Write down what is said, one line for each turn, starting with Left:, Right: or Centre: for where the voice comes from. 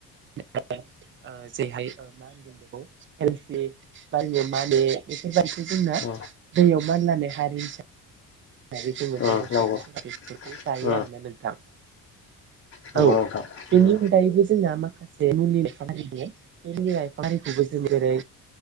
Right: <unintelligible> बेफोरबायदिखौ जोंना
Left: उम
Right: दैयाव मानलानाय हारि हिसाबै दायो जोङो
Left: उम
Right: बर'
Left: नंगौ
Right: सुबुंफोरा बेफोरखौ जायो
Left: उम
Right: आरोना नोंथां
Left: नंगौ
Right: औ
Left: नोंथां उम
Right: बेनि अनगायैबो जोंना माखासे जे मुलिफोर दं बेु मुलि लायफांफोरखौबो जों जेरै